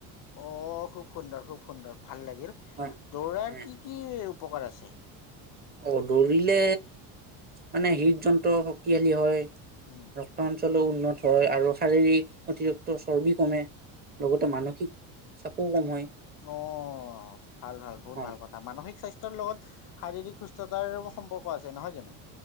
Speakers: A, on the left; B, on the right.
A: অ খুব সুন্দৰ খুব সুন্দৰ ভাল লাগিল
B: হয়
A: দৌৰাৰ
B: হয়,
A: কি কি উপকাৰ আছে
B: অ দৌৰিলে মানে হৃদ যন্ত্ৰ শক্তিশালী হয়।
A: উম
B: ৰক্ত অঞ্চলো উন্নত হয় আৰু শাৰীৰিক অতিৰিক্ত চৰ্বি কমে লগতে মানসিক চাপো কম হয়।
A: অ ভাল ভাল বহুত
B: হয়।
A: ভাল কথা মানসিক স্বাস্থ্যৰ লগত শাৰীৰিক সুস্থতাৰ সম্পৰ্ক আছে নহয় জানো